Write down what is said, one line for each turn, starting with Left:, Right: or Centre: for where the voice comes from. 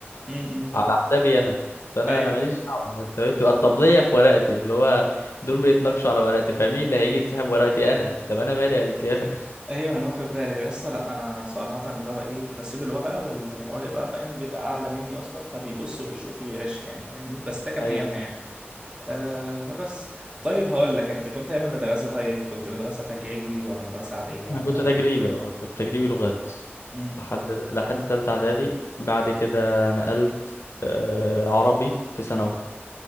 Right: م- م.
Left: على حسابي انا فانا
Right: ايوه
Left: انا ماليش دعوه انت فاهم؟ تبقى الطبليه في ورقتي اللي هو دول بيتناقشوا على ورقتي فمين اللي هيجي يتسحب ورقتي انا طب انا مالي يا رجاله <laughs>
Right: ايوه انا واخد بالي لسه لا انا صراحه اللي هو ايه بسيب الورقه واللي ورايا بقى فاهم بيبقى اعلى مني اصلا فبيبص وبيشوف وبيغش يعني فاهمني بس ده كان
Left: ايوه
Right: ايامها يعني آه فبس طيب هقول لك انت كنت ايام المدرسه طيب كنت مدرسه تجريبي ولا مدرسه عاديه
Left: انا
Right: ولا
Left: كنت تجريبي آه، كنت تجريبي لغات
Right: امم
Left: لحد لحد تالتة اعدادي بعد كده نقلت آه، عربي في ثانوي